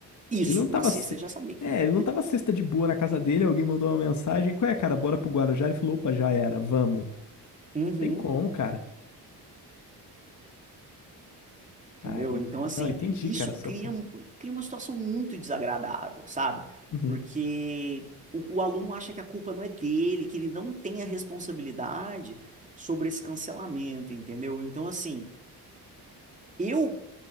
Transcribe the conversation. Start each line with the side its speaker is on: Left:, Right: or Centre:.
Right: Isso,
Left: Ele não tava.
Right: na sexta
Left: se-
Right: ele já sabia que
Left: É,
Right: ia.
Left: ele não tava sexta de boa na casa dele, alguém mandou uma mensagem. Qual é, cara? Bora pro Guarujá? Ele falou, opa, já era, vamos.
Right: Uhum.
Left: Tem como, cara.
Right: Entendeu?
Left: Aí.
Right: Então, assim,
Left: Não, entendi,
Right: isso
Left: cara, o seu
Right: cria,
Left: ponto.
Right: um- cria uma situação muito desagradável, sabe?
Left: Uhum.
Right: Porque o, o aluno acha que a culpa não é dele, que ele não tem a responsabilidade sobre esse cancelamento, entendeu? Então, assim, eu